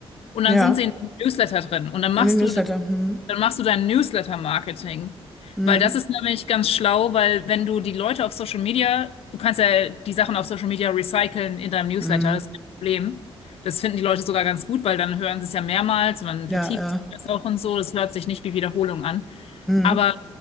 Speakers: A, on the left (about 75°); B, in the centre.
A: und dann
B: Ja.
A: sind sie in dem Newsletter drin. Und dann machst
B: In dem Newsletter.
A: du das
B: Mhm.
A: dann machst du dein Newsletter-Marketing.
B: Mhm.
A: Weil das ist nämlich ganz schlau, weil wenn du die Leute auf Social Media, du kannst ja die Sachen auf Social Media recyceln in deinem Newsletter,
B: Mhm.
A: das ist kein Problem. Das finden die Leute sogar ganz gut, weil dann hören sie es ja mehrmals und dann
B: Ja,
A: vertieft
B: ja.
A: sich das auch und so. Das hört sich nicht wie Wiederholung an.
B: Mhm.
A: Aber